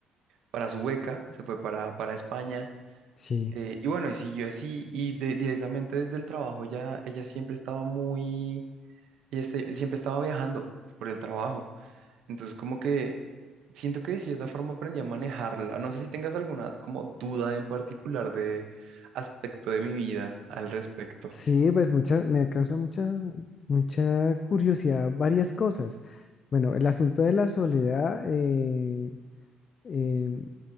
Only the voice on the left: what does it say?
sí.
Sí, pues mucha, me causa muchas, mucha curiosidad varias cosas. Bueno, el asunto de la soledad eh, eh,